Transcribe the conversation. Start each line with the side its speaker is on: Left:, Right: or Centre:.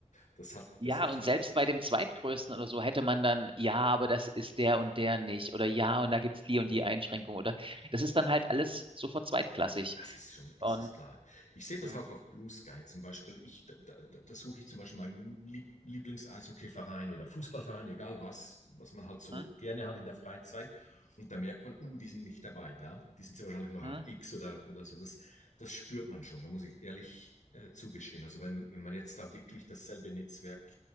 Left: Das hat, das
Right: Ja,
Left: hat
Right: und
Left: schon.
Right: selbst bei dem zweitgrößten oder so hätte man dann, ja, aber das ist der und der nicht. Oder ja, und da gibt's die und die Einschränkung. Oder das ist dann halt alles sofort zweitklassig.
Left: Das ist schon, das
Right: Und
Left: ist klar. Ich sehe das
Right: hm,
Left: auch auf Blue Sky zum Beispiel. Ich, da, da, da suche ich zum Beispiel meinen Lieb- Lieblings-Eishockey-Verein oder Fußballverein, egal was, was man halt so
Right: hm,
Left: gerne hat in der Freizeit. Und da merkt man, uh, die sind nicht dabei, ja. Die sind sehr wahrscheinlich noch
Right: hm,
Left: auf X oder, oder so. Das, das spürt man schon. Da muss ich ehrlich äh, zugestehen. Also wenn, wenn man jetzt da wirklich dasselbe Netzwerk